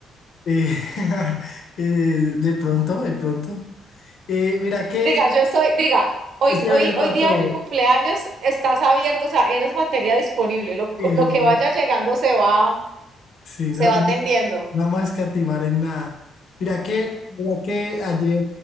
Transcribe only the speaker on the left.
Eh, <laughs> eh, de pronto, de pronto. Eh, mira que
estoy
abierto
a
todo.
Y
yo,
no,
sí,
no,
no,
no vamos a escatimar en nada. Mira que, mira que ayer